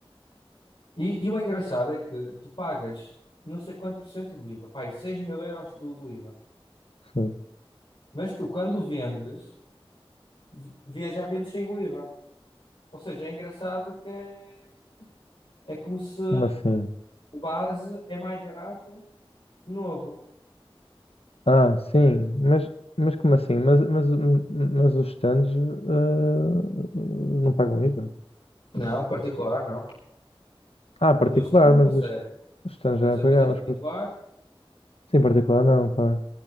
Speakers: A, on the left; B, on the left.
A: E, e o engraçado é que tu pagas não sei quanto por cento do IVA, pá, seis mil euros do, do IVA.
B: Sim.
A: Mas tu, quando vendes, v- vias já vendes sem o IVA. Ou seja, é engraçado que é, é como se
B: Como assim?
A: o base é mais barato, novo.
B: Ah, sim, mas, mas como assim? Mas, mas, mas os stands eh, não pagam IVA?
A: Não, particular, não.
B: Ah, particular,
A: No stand
B: mas
A: não sei,
B: os, os stands
A: mas,
B: já é
A: mas
B: pagar,
A: em particular,
B: mas par- sim, particular não, claro.